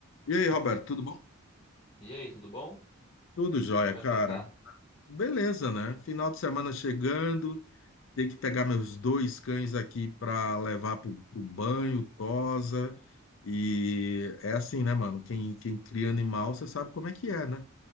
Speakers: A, on the left (about 65°); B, on the left (about 25°).
A: E aí, Roberto, tudo bom?
B: E aí, tudo bom?
A: Tudo jóia,
B: Como
A: cara.
B: é que você tá?
A: Beleza, né? Final de semana chegando, tenho que pegar meus dois cães aqui pra levar pro, pro banho, tosa. E é assim, né, mano? Quem, quem cria animal, você sabe como é que é, né?